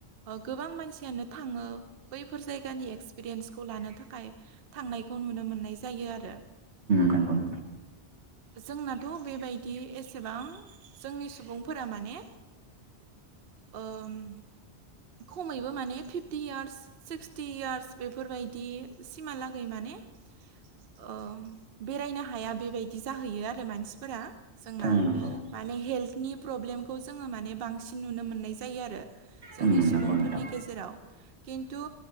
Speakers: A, on the right (about 60°); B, on the right (about 80°).
A: गोबां मानसियानो थाङो बैफोर जायगानि एक्सपिरियेन्सखौ लानो थाखाय थांनाय नुनो मोननाय ज आरो
B: नंगौ नोंथां
A: जोंनाथ' बेबाय दि एसेबां जोंनि सुबुंफोरा माने ओम। खमैबो माने फिफ्टि यार्स सिक्सटि यार्स बेफोरबायदि सिमहालागै माने माने बेरायनो हाया बेबायदि जाहैयो आरो मानसिफोरा जोंना
B: ओं नंगौ
A: माने हेल्थनि प्रब्लेमखौ जोङो माने बांसिन नुनो मोननाय जायो आरो। जोंनि
B: ओं
A: सुबुंफोरनि
B: नंगौ नोंथां
A: गेजेराव। खिन्थु